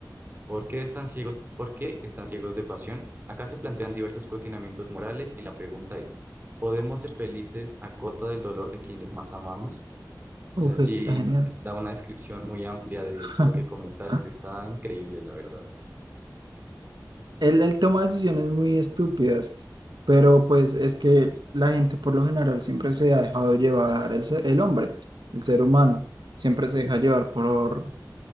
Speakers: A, on the right (about 25°); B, on the right (about 85°).
A: ¿Por qué están ciegos? ¿Por qué están ciegos de pasión? Acá se plantean diversos cuestionamientos morales y la pregunta es, ¿podemos ser felices a costa del dolor de quienes más amamos?
B: Uf,
A: O sea, sí,
B: eso está genial.
A: es- da una descripción muy amplia de,
B: <laughs>
A: de lo que comentaste. Está increíble, la verdad.
B: Él, él toma decisiones muy estúpidas, pero pues es que la gente por lo general siempre se ha dejado llevar, el, se- el hombre, el ser humano, siempre se deja llevar por,